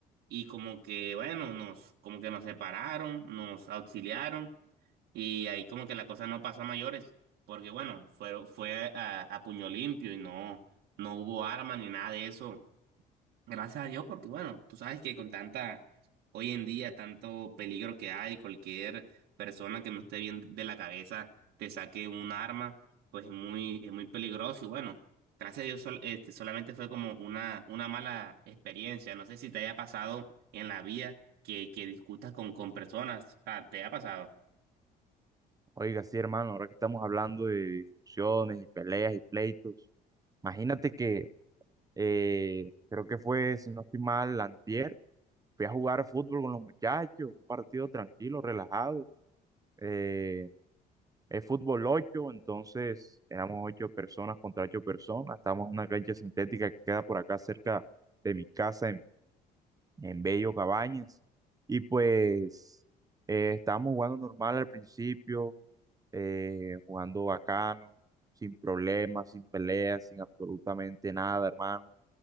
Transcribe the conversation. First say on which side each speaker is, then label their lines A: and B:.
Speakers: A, on the right; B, on the right.
A: y como que, bueno, nos, como que nos separaron, nos auxiliaron y ahí como que la cosa no pasó a mayores, porque bueno, fue, fue a, a puño limpio y no, no hubo arma ni nada de eso. Gracias a Dios, porque bueno, tú sabes que con tanta, hoy en día, tanto peligro que hay, cualquier persona que no esté bien de la cabeza te saque un arma, pues es muy, es muy peligroso. Y bueno, gracias a Dios, sol- este, solamente fue como una, una mala experiencia. No sé si te haya pasado en la vida que, que discutas con, con personas. Ah, ¿te ha pasado?
B: Oiga, sí, hermano, ahora que estamos hablando de discusiones y peleas y pleitos, imagínate que eh, creo que fue, si no estoy mal, antier, fui a jugar fútbol con los muchachos, un partido tranquilo, relajado. eh, Es fútbol 8, entonces éramos 8 personas contra 8 personas. Estamos en una cancha sintética que queda por acá cerca de mi casa en, en Bello Cabañas. Y pues eh, estábamos jugando normal al principio, eh, jugando bacano, sin problemas, sin peleas, sin absolutamente nada, hermano.